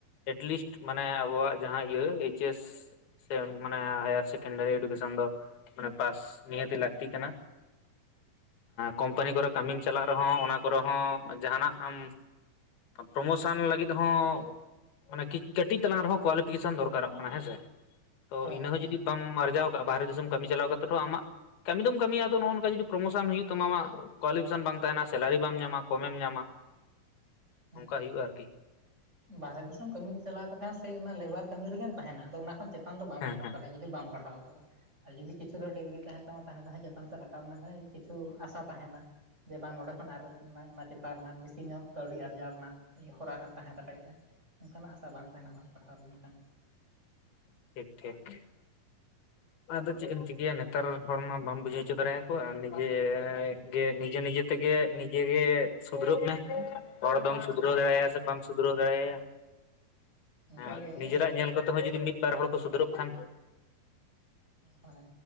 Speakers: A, on the left (about 85°); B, on the right (about 15°).
A: ᱮᱴᱞᱤᱥᱴ ᱢᱟᱱᱮ ᱟᱵᱚᱣᱟᱜ ᱡᱟᱦᱟᱸ ᱤᱭᱟᱹ ᱮᱭᱤᱪ-ᱮᱥ ᱥᱮ ᱢᱟᱱᱮ ᱦᱟᱭᱟᱨ ᱥᱮᱠᱮᱱᱰᱟᱨᱤ ᱮᱰᱩᱜᱮᱥᱚᱱ ᱫᱚ ᱢᱟᱱᱮ ᱯᱟᱥ ᱱᱤᱦᱟᱹᱛᱤ ᱞᱟᱹᱠᱛᱤ ᱠᱟᱱᱟ᱾ ᱠᱳᱢᱯᱟᱱᱤ ᱠᱚᱨᱮ ᱠᱟᱹᱢᱤᱢ ᱪᱟᱞᱟᱜ ᱨᱮᱦᱚᱸ ᱚᱱᱟ ᱠᱚᱨᱮ ᱦᱚᱸ ᱡᱟᱦᱟᱱᱟᱜ ᱟᱢ ᱯᱨᱳᱢᱳᱥᱚᱱ ᱞᱟᱹᱜᱤᱫ ᱦᱚᱸ ᱚᱱᱮ ᱠᱤᱡ ᱠᱟᱹᱴᱤᱡ ᱪᱚᱞᱟᱝ ᱨᱮᱦᱚᱸ ᱠᱳᱣᱟᱞᱤᱯᱷᱤᱠᱮᱥᱚᱱ ᱫᱚᱨᱠᱟᱨᱚᱜ ᱠᱟᱱᱟ ᱦᱮᱸᱥᱮ ᱛᱚ
B: ᱦᱳᱭ
A: ᱤᱱᱟᱹ ᱦᱚᱸ
B: ᱦᱳᱭ
A: ᱡᱩᱫᱤ ᱵᱟᱢ ᱟᱨᱡᱟᱣ ᱵᱟᱦᱨᱮ ᱫᱤᱥᱚᱢ ᱠᱟᱹᱢᱤ ᱪᱟᱞᱟᱣ ᱠᱟᱛᱮ ᱨᱮᱦᱚᱸ ᱟᱢᱟᱜ ᱠᱟᱹᱢᱤ ᱫᱚᱢ ᱠᱟ. ᱢᱤᱭᱟ ᱟᱫᱚ ᱱᱚᱜᱼᱚ ᱱᱚᱠᱟ ᱡᱩᱫᱤ ᱯᱨᱳᱢᱳᱥᱚᱱ ᱦᱩᱭᱩᱜ ᱛᱟᱢᱟ ᱟᱢᱟᱜ ᱠᱚᱳᱣᱟᱞᱤᱯᱷᱮᱥᱚᱱ ᱵᱟᱝ ᱛᱟᱦᱮᱱᱟ ᱥᱮᱞᱟᱨᱤ ᱵᱟᱢ ᱧᱟᱢᱟ ᱠᱚᱢᱮᱢ ᱧᱟᱢᱟ᱾
B: ᱦᱮᱸ᱾
A: ᱱᱚᱝᱠᱟ ᱦᱩᱭᱩᱜᱼᱟ ᱟᱨᱠᱤ
B: ᱵᱟᱨᱦᱮ ᱫᱤᱥᱚᱢ ᱠᱟᱹᱢᱤ ᱜᱮ ᱪᱟᱞᱟᱣ ᱠᱟᱛᱮ ᱦᱚᱸ ᱥᱮ ᱚᱱᱟ ᱞᱮᱵᱟᱨ ᱠᱟᱹᱢᱤ ᱨᱮᱜᱮᱢ ᱛᱟᱦᱮᱱᱟ ᱟᱫᱚ ᱚᱱᱟ ᱠᱷᱚᱱ ᱪᱮᱛᱟ ᱛᱟᱱ ᱫᱚ ᱵᱟᱢ
A: ᱦᱮᱸ
B: ᱨᱟᱵᱟᱵ
A: ᱦᱮᱸ
B: ᱫᱟᱲᱮᱭᱟᱜᱼᱟ ᱡᱩᱫᱤ ᱵᱟᱢ ᱯᱟᱲᱦᱟᱣ ᱠᱚᱜᱼᱟ᱾ ᱟᱨ ᱡᱩᱫᱤ ᱠᱤᱪᱷᱩ ᱨᱮᱦᱚᱸᱰᱤᱜᱽᱨᱤ ᱛᱟᱦᱮᱱ ᱛᱟᱢᱟ ᱛᱟᱦᱚᱞᱮ ᱛᱚ ᱪᱮᱛᱟᱱ ᱥᱮᱫ ᱨᱟᱠᱟᱵ ᱨᱮᱱᱟᱜ ᱠᱤᱪᱷᱩ ᱟᱥᱟ ᱛᱟᱦᱮᱱᱟ᱾ ᱡᱮ ᱵᱟᱝ ᱱᱚᱰᱮ ᱠᱷᱚᱱ ᱟᱨ ᱚᱱᱟ ᱪᱮᱛᱟᱱ ᱨᱮᱱᱟᱜ ᱵᱤᱥᱤ ᱧᱚᱜ ᱠᱟᱹᱣᱰᱤ ᱟᱨ ᱟᱨᱡᱟᱣ ᱨᱮᱱᱟᱜ ᱤᱭᱟᱹ ᱦᱚᱨᱟ ᱨᱮᱢ ᱛᱟᱦᱮᱸ ᱫᱟᱲᱮᱭᱟᱜᱼᱟ ᱚᱱᱠᱟᱱᱟᱜ ᱟᱥᱟ ᱵᱟᱝ ᱛᱟᱦᱮᱱᱟ ᱵᱟᱝ ᱯᱟᱲᱦᱟᱣ ᱞᱮᱱᱠᱷᱟᱱ
A: ᱴᱷᱤᱠ ᱴᱷᱤᱠ᱾ ᱟᱫᱚ ᱪᱮᱫ ᱮᱢ ᱪᱤᱠᱟᱹᱭᱟ ᱱᱮᱛᱟᱨ ᱦᱚᱲ ᱢᱟ ᱵᱟᱢ ᱵᱩᱡᱷᱟᱹᱣ ᱦᱚᱪᱚ ᱫᱟᱲᱮᱭᱟᱠᱚᱣᱟ ᱱᱤᱡᱮ ᱜᱮ ᱱᱤᱡᱮ ᱱᱤᱡᱮ ᱛᱮᱜᱮ ᱱᱤᱡᱮ ᱜᱮ ᱥᱩᱫᱷᱨᱟᱹᱜ ᱢᱮ᱾ ᱦᱚᱲ ᱫᱚᱢ ᱥᱩᱫᱷᱨᱟᱹᱣ
B: ᱦᱚᱸ
A: ᱫᱟᱲᱮᱟᱭ ᱥᱮ ᱵᱟᱢ ᱥᱩᱫᱷᱨᱟᱹᱣ ᱫᱟᱲᱮᱭᱟᱭᱟ
B: ᱚᱱᱠᱟᱜᱮ
A: ᱦᱮᱸ ᱱᱤᱡᱮᱨᱟᱜ
B: ᱚᱞᱚᱜ
A: ᱧᱮᱞ ᱠᱚᱛᱮ ᱦᱚᱸ ᱡᱩᱫᱤ ᱢᱤᱫ ᱵᱟᱨ ᱦᱚᱲ ᱠᱚ ᱥᱩᱫᱷᱟᱹᱨᱚᱜ ᱠᱷᱟᱱ᱾
B: ᱦᱚᱭ,